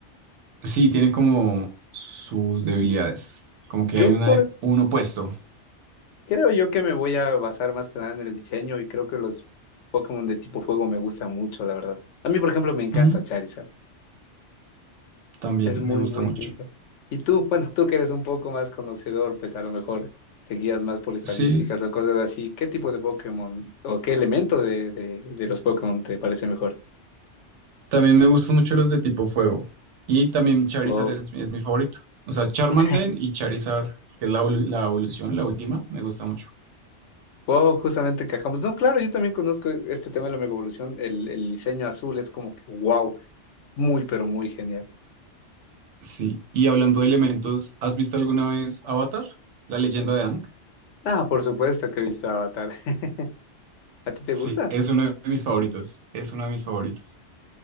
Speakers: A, on the right; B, on the left.
A: Sí, tienen como sus debilidades. Como que
B: Yo
A: hay una,
B: por,
A: un opuesto.
B: creo yo que me voy a basar más que nada en el diseño y creo que los Pokémon de tipo fuego me gustan mucho, la verdad. A mí, por ejemplo, me encanta
A: Ujú,
B: Charizard.
A: También
B: Es muy,
A: me gusta
B: muy
A: mucho.
B: lindo. Y tú, bueno, tú que eres un poco más conocedor, pues a lo mejor te guías más por estadísticas
A: Sí,
B: o cosas así. ¿Qué tipo de Pokémon o qué elemento de, de, de los Pokémon te parece mejor?
A: También me gustan mucho los de tipo fuego. Y también Charizard
B: Wow.
A: es, es mi favorito. O sea, Charmander
B: <laughs>
A: y Charizard, que es la, evolu- la evolución, la última, me gusta mucho.
B: Wow, justamente encajamos. No, claro, yo también conozco este tema de la mega evolución. El, el diseño azul es como que wow, muy, pero muy genial.
A: Sí. Y hablando de elementos, ¿has visto alguna vez Avatar? La leyenda de Aang.
B: Ah, por supuesto que he visto Avatar. <laughs> ¿A ti te
A: Sí,
B: gusta?
A: es uno de mis favoritos. Es uno de mis favoritos.